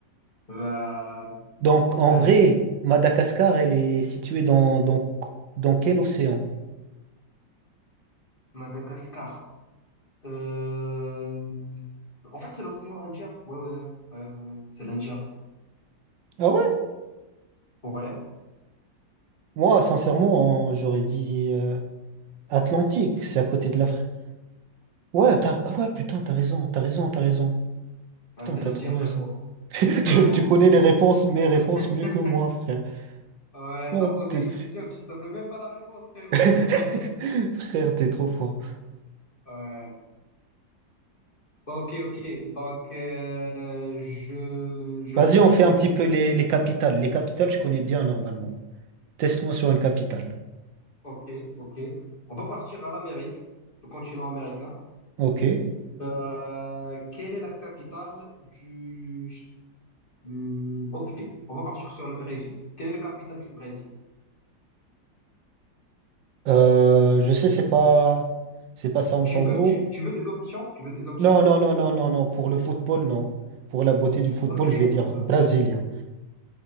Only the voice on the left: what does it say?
bah,
vas-y,
Madagascar. Euh, En fait, c'est l'océan Indien. Ouais, ouais, ouais, ouais, ouais. ouais. C'est l'Indien.
Ouais,
ouais,
c'est
l'Indien,
frérot.
Ouais.
<laughs>
Ouais,
t'as posé
une question que tu savais même pas la réponse, frérot.
<laughs>
Ouais. Ok, ok. Donc, euh, je, je
vais
te poser
une
question.
Ok, ok. On va partir à l'Amérique, le continent américain.
Euh, quelle est la capitale du... Hmm, ok, on va partir sur le Brésil. Quelle est la capitale du Brésil?
Tu
veux, tu, tu veux des options? Tu veux des options?
Ok,
ok.